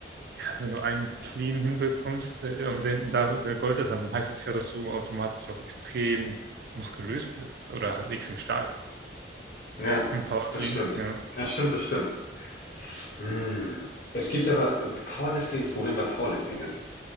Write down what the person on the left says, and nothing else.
Ja,
das
stimmt.
Das stimmt, das stimmt. Mm. Es gibt aber äh, Powerlifting, das Problem bei Powerlifting ist,